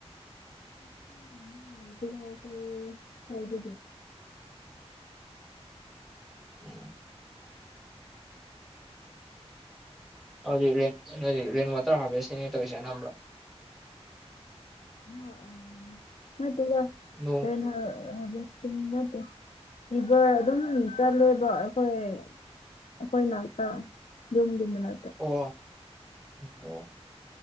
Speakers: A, on the left; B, in the centre.
A: <unintelligible> ꯍꯥꯏꯕꯗꯤ
B: ꯎꯝ ꯑꯗꯨꯗꯤ ꯅꯣꯏꯗꯤ ꯔꯦꯟ ꯋꯥꯇꯔ ꯍꯥꯔꯚꯦꯁꯇꯤꯡꯅ ꯇꯧꯔꯤꯁꯦ ꯑꯅꯝꯕ
A: ꯉꯥ ꯑ ꯅꯠꯇꯦꯗ
B: ꯅꯣꯡ
A: <unintelligible> ꯑꯥ ꯕꯦꯁꯇꯤꯡ ꯅꯠꯇꯦ ꯂꯦꯕ꯭ꯔ ꯑꯗꯨꯝ ꯆꯠꯂꯦꯕ ꯑꯩꯈꯣꯏ ꯑꯩꯈꯣꯏ ꯅꯥꯥꯛꯇ ꯌꯨꯝꯗꯨꯏ ꯃꯅꯥꯛꯇꯥ
B: ꯑꯣ ꯑꯣ